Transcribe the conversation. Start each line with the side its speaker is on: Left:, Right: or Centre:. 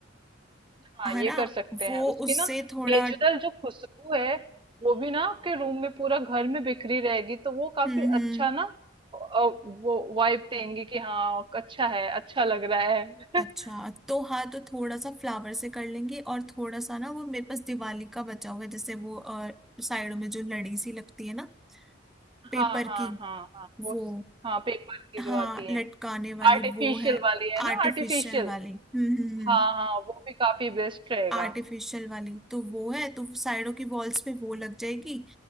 Right: हाँ
Centre: है
Right: ये
Centre: ना
Right: कर सकते
Centre: वो
Right: हैं उसकी
Centre: उससे
Right: ना
Centre: थोड़ा
Right: नेचुरल जो खुशबू है वो भी ना आपके रूम में पूरा घर में बिखरी रहेगी तो वो काफी
Centre: हम्म हम्म
Right: अच्छा ना अ, वो वाइब देंगी कि हाँ अच्छा है अच्छा लग रहा है
Centre: अच्छा
Right: <laughs>
Centre: तो हाँ तो थोड़ा सा फ्लावर से कर लेंगे और थोड़ा सा ना वो मेरे पास दिवाली का बचा हुआ है जैसे वो साइडों में जो लड़ी सी लगती है ना पेपर
Right: हाँ हाँ
Centre: की
Right: हाँ हाँ वो
Centre: वो
Right: हाँ पेपर की
Centre: हाँ
Right: जो आती है
Centre: लटकाने वाली
Right: आर्टिफिशियल
Centre: वो है
Right: वाली है ना
Centre: आर्टिफिशियल
Right: आर्टिफिशियल
Centre: वाली हम्म हम्म हम्म
Right: हाँ हाँ वो भी काफी बेस्ट रहेगा
Centre: आर्टिफिशियल वाली तो वो है तो साइडों की वॉल्स पे वो लग जाएगी